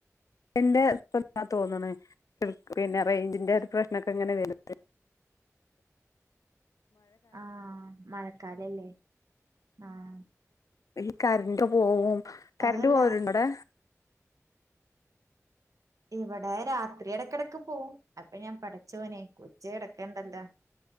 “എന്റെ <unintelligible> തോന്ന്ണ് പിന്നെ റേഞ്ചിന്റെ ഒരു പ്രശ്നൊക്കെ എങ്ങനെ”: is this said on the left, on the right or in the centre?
Left